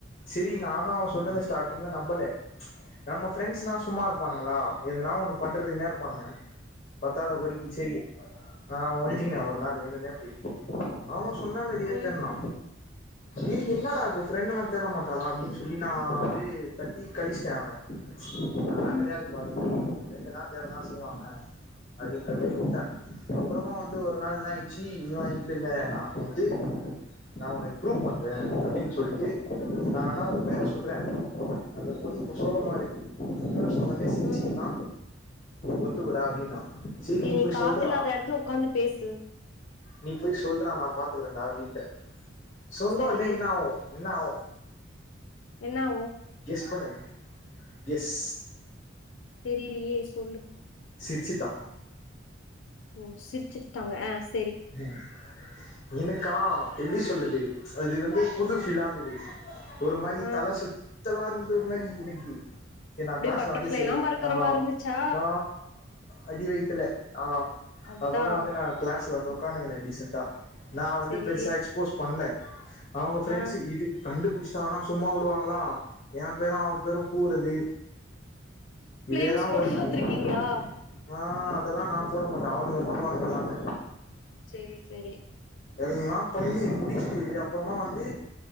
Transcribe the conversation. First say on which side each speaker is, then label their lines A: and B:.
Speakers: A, on the left; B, on the left.
A: செரி நானு அவ சொன்னத ஸ்டார்டிங்ல நம்பல நம்ம ப்ரெண்ட்ஸ்னா சும்மா இருப்பானுங்ளா எதுனா ஒண்ணு பண்றதுக்குனே இருப்பானுங்க பத்தாத குறைக்கு சேரி நா ஒளிஞ்சுக்கின்னே ஒரு நாலு வேணுனே போயி அவ சொன்ன மேரியே
B: ம்,
A: தேன்னா ஏ என்னடா இப்போ ஃப்ரெண்ட்டனா தேட மாட்டாளா அப்டின்னு சொல்லி நா வந்து தட்டி கழிச்சிட்டே அவன அதல்லா
B: ம்,
A: கெடையாதப்பா தம்பி ஃப்ரெண்டனா தேட தா செய்வாங்க அப்டின்ற மாரி
B: ம்,
A: உட்டே அப்புறமா வந்து ஒரு நாள் என்னாயிடுச்சு இவ இல்லல்ல நா வந்து நா ஒன்ன ப்ரூவ் பண்றே அப்டின் சொல்ட்டு
B: ம்,
A: நா வேணா உ பேர சொல் சொல்றே அந்த பொண்ணு இப்ப சோகமாருக்கு உன் பேர சொன்னோன்னே சிரிச்சுதுன்னா
B: ம்.
A: ஒத்துக்கோட அப்டின்னா சேரி
B: ஏ
A: நீ போய்
B: காத்தில்லாத
A: சொல்றா
B: எடத்துல உக்காந்து பேசு.
A: நீ போய் சொல்றா நா பாத்துக்கிறேன்டா அப்டின்ட்டே சொன்னவொன்னே
B: சரி.
A: என்னாகு என்னாகு
B: என்னாவு
A: கெஸ் பண்ணு கெஸ்
B: தெரிலியே சொல்லு
A: சிர்ச்சிட்டா
B: ஓ சிரிச்சிட்டாங்க ஆஸ்
A: ம் எனக்கா எப்பிடி சொல்றது அது வந்து புது ஃபீலாந்தது ஒரு மாரி
B: ஆ
A: தலை சுத்தலாருந்த மாரி எனக்கு செரி நா
B: அப்டியே
A: கிளாஸ்ல
B: பட்டர்ஃப்ளைலாம்
A: வந்து செல்லு
B: பறக்குற
A: அ
B: மாரி இருந்துச்சா?
A: ஆ அடி வயித்துல ஆ
B: அதான்.
A: அப்புறமா வந்து நா கிளாஸ்ல வந்து உட்காந்துக்கின்ன டீசண்டா நா வந்து
B: சரி.
A: பெருசா எக்ஸ்போஸ் பண்ல அவங்க ஃப்ரெண்ட்ஸ்
B: ஆ
A: இது கண்டுபிடிச்சட்டாங்கன்னா சும்மா விடுவாங்களா என் பேரு அவ பேரு கூறது
B: ஃபிளேம்ஸ்
A: இதேதா
B: போட்டு
A: ஓடிட்டு
B: பாத்துருக்கீங்களா?
A: <inaudible> அ ஆ ஹா அதெல்லா நா போட மாட்டே அவனுங்க பண்ணுவனுங்க எல்லாமே
B: செரி செரி
A: எல்லா பண்ணி முடிச்சுட்டு அப்பறமா வந்து